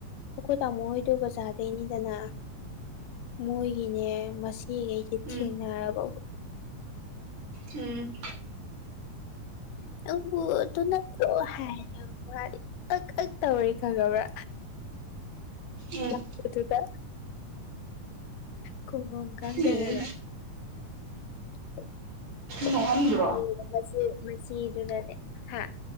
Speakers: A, on the left (about 85°); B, on the right (about 60°).
A: ꯑꯈꯣꯏ ꯇꯥꯃꯣ ꯍꯣꯏꯗꯣ ꯕꯖꯥꯔꯗꯩꯅꯤꯗꯅ ꯃꯣꯏꯒꯤꯅꯦ ꯃꯆꯦꯒꯩꯒꯤ
B: ꯎꯝ
A: ꯊꯦꯡꯅꯔꯕ
B: ꯎꯝ
A: ꯅꯪꯕꯨ ꯑꯗꯨ ꯅꯠꯇ꯭ꯔꯣ ꯍꯥꯏꯔꯦꯕ ꯃꯥꯗꯤ ꯑꯛ ꯑꯛ ꯇꯧꯔꯦ ꯈꯪꯉꯕ꯭ꯔꯥ
B: ꯎꯝ
A: <inaudible> ꯗꯨꯗ ꯈꯨꯝꯕꯝ ꯈꯪꯗꯗꯅ
B: ꯎꯝ
A: <inaudible>
B: ꯃꯛ ꯑꯝꯗ꯭ꯔꯣ
A: ꯃꯟ ꯃꯆꯦ ꯃꯆꯦꯗꯨꯅꯅꯦ ꯍꯥ